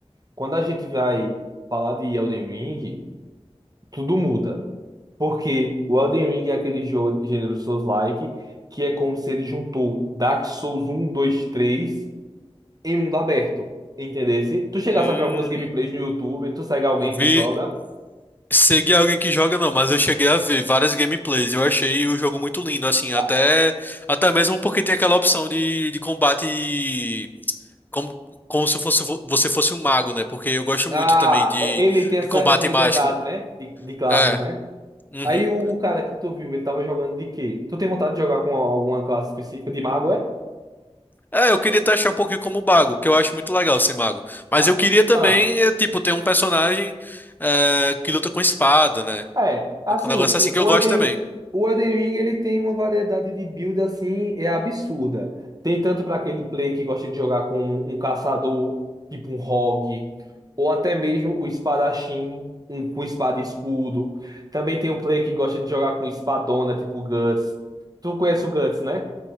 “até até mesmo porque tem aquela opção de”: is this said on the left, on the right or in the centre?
Left